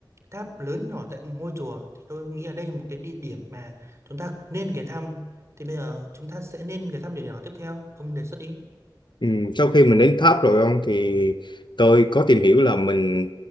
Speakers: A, on the right (about 35°); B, on the left (about 70°).
A: tháp lớn nhỏ tại ngôi chùa thì tôi nghĩ ở đây là một cái địa điểm mà chúng ta nên ghé thăm. Thì bây giờ chúng ta sẽ nên ghé thăm địa điểm nào tiếp theo? Ông đề xuất đi.
B: Ừ, sau khi mình đến tháp rồi ông thì tôi có tìm hiểu là mình